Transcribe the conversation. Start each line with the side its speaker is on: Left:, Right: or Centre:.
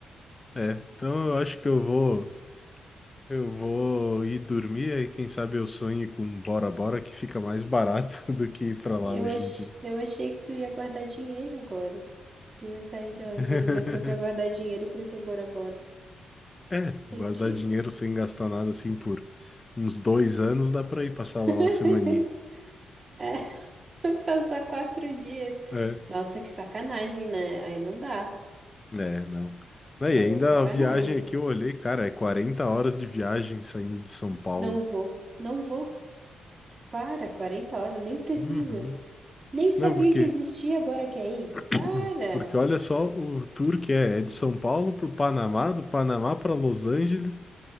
Left: É. Então eu acho que eu vou. Eu vou ir dormir, aí quem sabe eu sonhe com Bora Bora, que fica mais barato <laughs> do que ir pra lá
Right: Eu,
Left: hoje
Right: ach...
Left: em dia.
Right: eu achei que tu ia guardar dinheiro agora. Tu ia sair da,
Left: <laughs>
Right: da ligação pra guardar dinheiro pra ir pra Bora Bora.
Left: É,
Right: Entendi.
Left: guardar dinheiro sem gastar nada assim por uns dois anos, dá pra ir passar
Right: <laughs>
Left: lá uma semaninha.
Right: É, <laughs> passar quatro dias.
Left: É,
Right: Nossa, que sacanagem, né? Aí não dá.
Left: é, não. Não, E
Right: Aí
Left: ainda
Right: é sacanagem.
Left: a viagem aqui eu olhei, cara, é 40 horas de viagem saindo de São Paulo.
Right: Não vou, não vou. Para, 40 horas, nem precisa.
Left: Uhum.
Right: Nem sabia
Left: Não, porque
Right: que existia, agora quer ir.
Left: <clears throat>
Right: Para!
Left: Porque olha só o tour que é, é de São Paulo para o Panamá, do Panamá para Los Angeles,